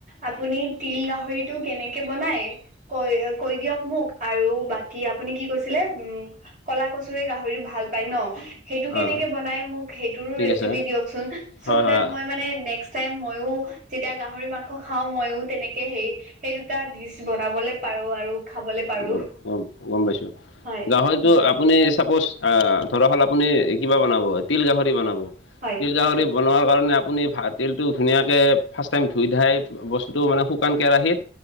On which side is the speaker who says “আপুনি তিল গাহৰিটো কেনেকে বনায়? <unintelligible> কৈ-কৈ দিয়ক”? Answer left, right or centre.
Right